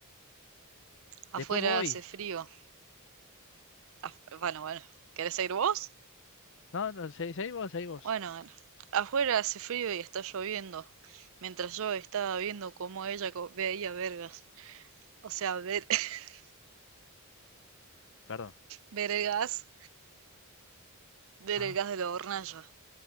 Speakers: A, on the right (about 65°); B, on the left (about 60°).
A: Afuera
B: Después voy.
A: hace frío. Af- bueno, bueno. ¿Querés seguir vos?
B: No, no, se- seguí vos, seguí vos.
A: Bueno, bueno. Afuera hace frío y está lloviendo, mientras yo estaba viendo cómo ella veía vergas. O sea, ver, <laughs>
B: Perdón.
A: ver el gas, ver
B: Ah.
A: el gas de la hornalla.